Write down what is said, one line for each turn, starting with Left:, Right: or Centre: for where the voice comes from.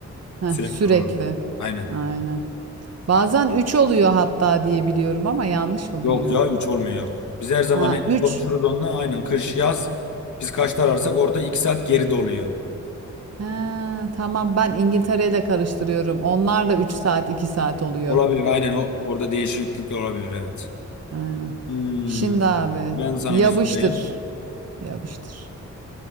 Right: Heh,
Left: Sürekli
Right: sürekli.
Left: olarak. Aynen.
Right: Aynen. Bazen 3 oluyor hatta diye biliyorum ama yanlış mı
Left: Yok
Right: biliyorum?
Left: ya üç olmuyor yok. Biz her zaman
Right: Ha
Left: hep
Right: üç.
Left: konuşuruz onunla. Aynen kış yaz. Biz kaçta ararsak orada iki saat geride oluyor.
Right: Ha tamam ben İngiltere ile karıştırıyorum. Onlarla 3 saat 2 saat oluyor.
Left: Olabilir aynen o orada değişiklik olabilir evet.
Right: Aynen.
Left: Hmm,
Right: Şimdi abi
Left: ben sana
Right: yapıştır.
Left: ne sorayım?
Right: Yapıştır.